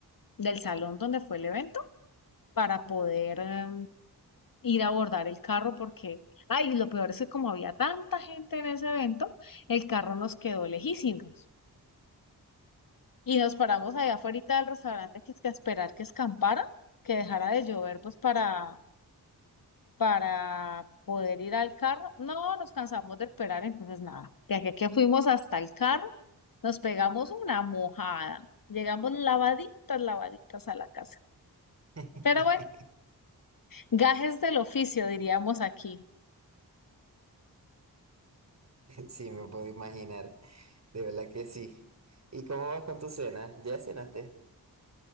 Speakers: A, on the left; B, on the right.
A: del salón donde fue el evento para poder em, ir a abordar el carro porque, ay, lo peor es que como había tanta gente en ese evento, el carro nos quedó lejísimos. Y nos paramos allá afuera del restaurante que es que a esperar que escampara, que dejara de llover, pues para para poder ir al carro. No, nos cansamos de esperar, entonces nada. De aquí a que fuimos hasta el carro, nos pegamos una mojada. Llegamos lavaditas, lavaditas a la casa.
B: <laughs>
A: Pero bueno, gajes del oficio, diríamos aquí.
B: Sí, me puedo imaginar, de verdad que sí. ¿Y cómo vas con tu cena? ¿Ya cenaste?